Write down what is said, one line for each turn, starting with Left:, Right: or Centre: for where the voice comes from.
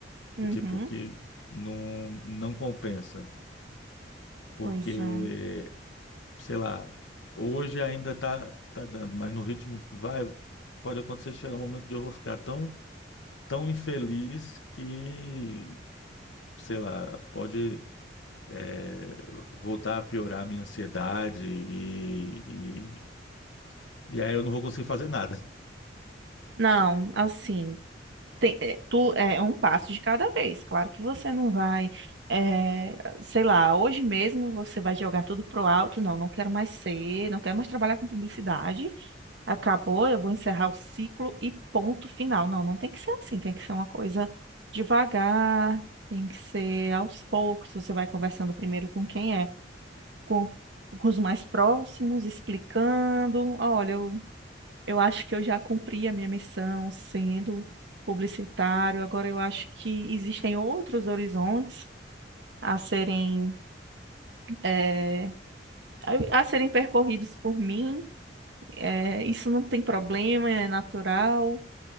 Right: Uhum.
Left: E, tipo, que não, não compensa, porque
Right: Pois é.
Left: sei lá, hoje ainda tá, tá dando, mas no ritmo que vai, pode acontecer de chegar um momento que eu vou ficar tão, tão infeliz que, sei lá, pode é, voltar a piorar a minha ansiedade e, e, e aí eu não vou conseguir fazer nada. <laughs>
Right: Não, assim, tem- é, tu é um passo de cada vez. Claro que você não vai, é, sei lá, hoje mesmo você vai jogar tudo pro alto. Não, não quero mais ser, não quero mais trabalhar com publicidade. Acabou, eu vou encerrar o ciclo e ponto final. Não, não tem que ser assim, tem que ser uma coisa devagar, tem que ser aos poucos. Você vai conversando primeiro com quem é, com, com os mais próximos, explicando: olha, eu, eu acho que eu já cumpri a minha missão sendo publicitário, agora eu acho que existem outros horizontes a serem eh, a a serem percorridos por mim. Eh, isso não tem problema, é natural.